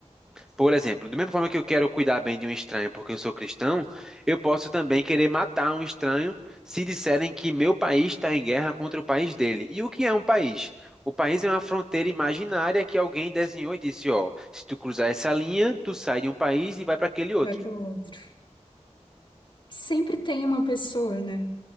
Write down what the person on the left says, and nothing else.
Vai para o outro. Sempre tem uma pessoa, né?